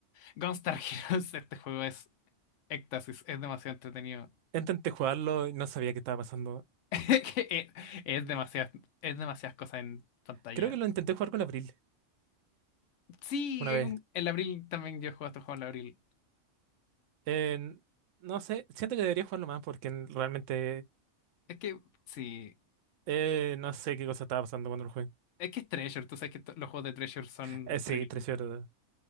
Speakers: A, on the left (about 75°); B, on the right (about 85°).
A: Gunstar <laughs> Heroes, este juego es éxtasis, es demasiado entretenido.
B: Intenté jugarlo y no sabía qué estaba pasando.
A: <laughs> Es, es demasiadas, es demasiadas cosas en pantalla.
B: Creo que lo intenté jugar con Abril
A: Sí,
B: una
A: hay
B: vez.
A: un- el abril también yo he jugado este juego en el abril.
B: En- no sé, siento que debería jugarlo más porque realmente
A: Es que, sí,
B: Eh, no sé qué cosa estaba pasando cuando lo jugué.
A: es que es Treasure, tú sabes que to- los juegos de Treasure son
B: Eh, sí,
A: ridículos.
B: Treasure.